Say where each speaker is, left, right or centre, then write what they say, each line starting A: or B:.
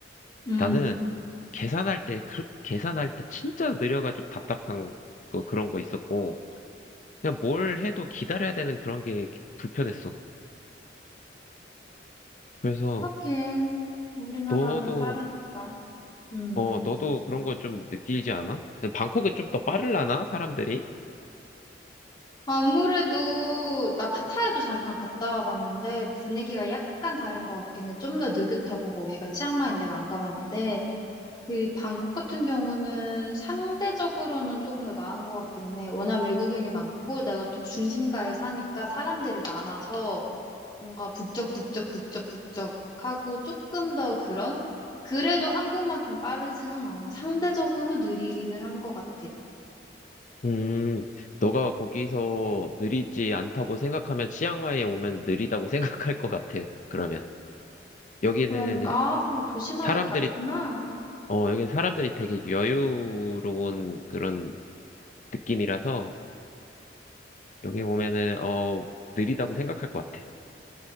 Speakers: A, on the left; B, on the left.
A: 음.
B: 나는 계산할 때, 그, 계산할 때 진짜 느려가지고 답답한 거, 그런 거 있었고, 그냥 뭘 해도 기다려야 되는 그런 게 불편했어. 그래서
A: 하긴, 우리나라는
B: 너도,
A: 빠르니까. 음.
B: 어, 너도 그런 거 좀 느끼지 않아? 방콕은 좀 더 빠르려나? 사람들이?
A: 아무래도 나 파타야도 잠깐 갔다 와봤는데 분위기가 약간 다른 것 같긴 해. 좀 더 느긋하고 거기가 치앙마이 내가 안 가봤는데 그 방콕 같은 경우는 상대적으로는 조금 더 나은 것 같긴 해. 워낙 외국인이 많고 내가 또 중심가에 사니까 사람들이 많아서 뭔가 북적북적북적북적 하고 조금 더 그런 그래도 한국만큼 빠르지는 않아. 상대적으로 느리기는 한 것 같아.
B: 음, 너가 거기서 느리지 않다고 생각하면 치앙마이에 오면 느리다고 <laughs> 생각할 것 같아. 그러면 여기는
A: 그런가? 근데 도시마다
B: 사람들이
A: 다르구나.
B: 어 여기는 사람들이 되게 여유로운 그런 느낌이라서 여기 오면은 어 느리다고 생각할 것 같아.